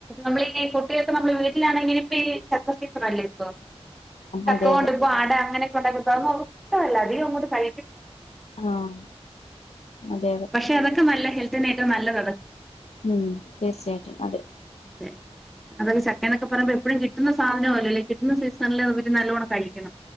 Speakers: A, in the centre; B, on the left.
A: നമ്മളിങ്ങീ കുട്ടി ഇ നമ്മൾ വീട്ടിലാണെങ്കില് പ്പ ഈ ചക്ക സീസണല്ലേ ഇപ്പൊ ചക്ക
B: അതെ ആഹ് അതെ
A: കൊണ്ട്
B: അതെ
A: പ്പോ അട അങ്ങനെ <unintelligible> ഷ്ടമല്ല അതി അങ്ങോട്ട് കഴിക്കില്ല
B: ആഹ് അതെ അതെ
A: പക്ഷെ അതൊക്കെ നല്ല ഹെൽ പിന്നെ നല്ലത
B: ഉം തീർച്ചയായിട്ടും അതെ
A: അതെ അതൊക്കെ ചക്ക ന്നൊക്കെ പറയുമ്പോ എപ്പളും കിട്ടുന്ന സാധന അല്ലോ അല്ലെ കിട്ടുന്ന സീസണില് നല്ലോണം കഴിക്കണം